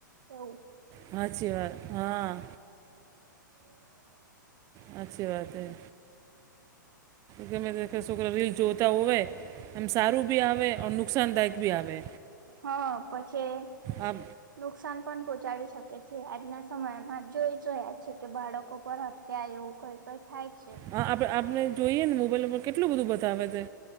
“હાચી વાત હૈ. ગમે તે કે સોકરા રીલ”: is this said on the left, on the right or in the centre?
Right